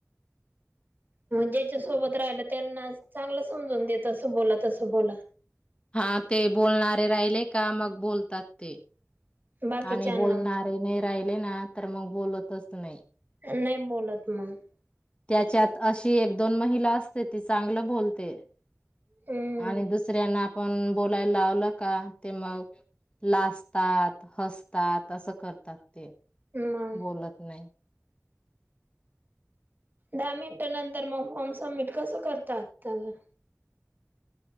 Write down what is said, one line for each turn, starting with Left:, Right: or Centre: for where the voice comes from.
Right: ज्याच्या सोबत राहिलं त्यांना चांगलं समजून देत अस बोला तसं बोला
Left: हा ते बोलणारे राहिले क का मग बोलतात ते.
Right: बाकीच्यांना
Left: आणि बोलणारे <unintelligible> राहिले ना तर मग बोलतच नाही.
Right: तर नाही बोलत मग.
Left: त्याच्यात अशी एक दोन महिला असते ती चांगलं बोलते.
Right: हम्म
Left: आणि दुसऱ्यांना पण बोलायला लावलं का ते मग लाजतात हसतात असं करतात ते.
Right: मग
Left: बोलत नाही.
Right: दहा मिनिट नंतर मग फॉर्म सबमिट कसं करतात? ता ग..